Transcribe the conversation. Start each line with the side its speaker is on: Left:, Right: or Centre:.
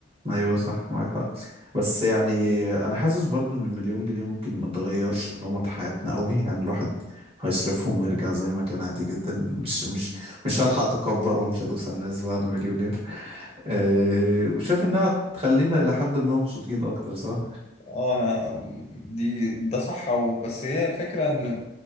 Right: ايوه صح معاك حق بس يعني انا حاسس برضو ان المليون جنيه ممكن ما تغيرش نمط حياتنا قوي يعني الواحد هيصرفهم ويرجع زي ما كان عادي جدا مش مش مش هلحق اتكبر وامشي ادوس على الناس بقى انا مليونير أه وشايف انها تخلينا الى حد ما مبسوطين اكتر صح؟
Left: اه انا دي ده صح أو بس هي الفكرة ان